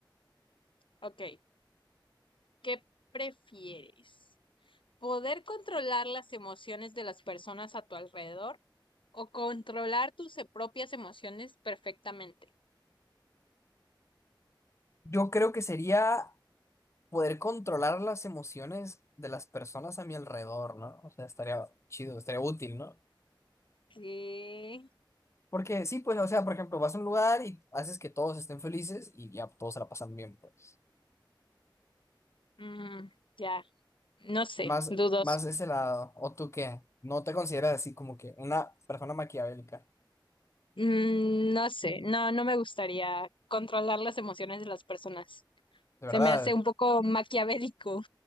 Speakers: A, on the left; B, on the left.
A: ok. ¿Qué prefieres? ¿Poder controlar las emociones de las personas a tu alrededor o controlar tus propias emociones perfectamente?
B: Yo creo que sería poder controlar las emociones de las personas a mi alrededor, ¿no? O sea, estaría chido, estaría útil, ¿no?
A: ¿Qué?
B: Porque sí, pues, o sea, por ejemplo, vas a un lugar y haces que todos estén felices y ya todos se la pasan bien, pues.
A: Mm, ya, no sé,
B: Más,
A: dudos.
B: más ese lado. ¿O tú qué? No te consideras así como que una persona maquiavélica.
A: Mm, no sé, no, no me gustaría controlar las emociones de las personas.
B: De verdad,
A: Se me hace un poco maquiavélico